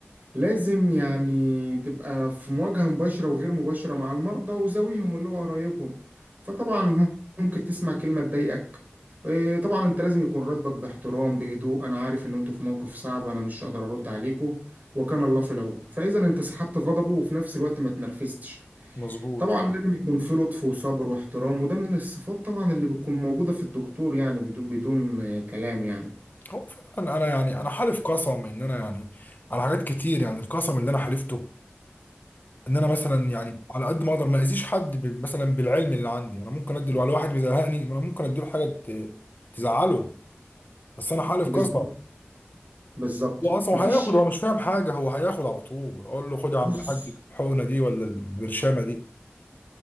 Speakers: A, on the right; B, on the left.
A: لازم يعني تبقى في مواجهة مباشرة وغير مباشرة مع المرضى وزاويهم اللي هو قرايبهم فطبعا ممكن تسمع كلمة تضايقك إيه، طبعا انت لازم يكون ردك باحترام بهدوء انا عارف ان انتوا في موقف صعب انا مش هقدر ارد عليكم وكان الله في العون فاذا انت سحبت غضبه وفي نفس الوقت ما تنرفزتش
B: مظبوط
A: طبعا لازم يكون في لطف وصبر واحترام وده من الصفات طبعا اللي بتكون موجودة في الدكتور يعني بدون بدون آه، كلام يعني
B: هو فعلا انا يعني انا حالف قسم ان انا يعني على حاجات كتير يعني القسم اللي انا حلفته ان انا مثلا يعني على قد ما اقدر ما اذيش حد ب- مثلا بالعلم اللي عندي انا ممكن ادي على واحد مزهقني انا ممكن اديله حاجه ت- تزعله بس انا حالف
A: بالظبط
B: قسم
A: بالظبط
B: هو اصلا
A: مفيش
B: هياخد هو مش فاهم حاجه هو هياخد على طول اقول له خد يا عم
A: بص
B: الحاج الحقنه دي ولا البرشامه دي